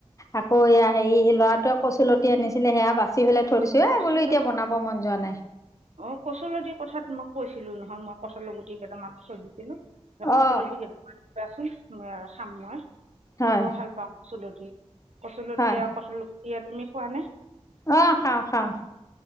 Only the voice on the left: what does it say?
আকৌ এয়া হেৰি ল'ৰাটোৱে কচুলতি আনিছিলে সেয়া বাচ বাছি পেলাই থৈ
দিছো এই
বোলো এতিয়া বনাব মন যোৱা নাই।
অ
হয়
হয়
অ', খাও খাওঁ।